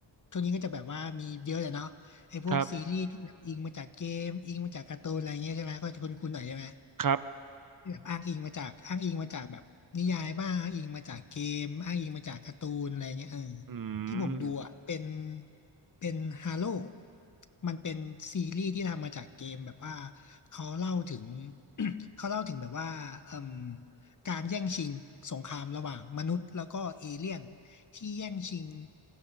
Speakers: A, on the left (about 40°); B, on the right (about 45°).
A: ช่วงนี้ก็จะแบบว่ามีเยอะเลยเนาะไอ้พวกซีรีส์ที่แบบอิงมาจากเกมอิงมาจากการ์ตูนอะไรเงี้ยใช่ไหมก็จะคุ้นๆหน่อยใช่ไหม
B: ครับครับ
A: แบบอ้างอิงมาจากอ้างอิงมาจากแบบนิยายบ้างอ้างอิงมาจากเกมอ้างอิงมาจากการ์ตูนอะไรเงี้ยเออ
B: อื
A: ที่ผมดูอ่ะเป็น
B: ม
A: เป็นฮาโลมันเป็นซีรีส์ที่ทำมาจากเกมแบบว่าเขาเล่าถึง <coughs> เขาเล่าถึงแบบว่าเอ่มการแย่งชิงสงครามระหว่างมนุษย์แล้วก็เอเลี่ยนที่แย่งชิง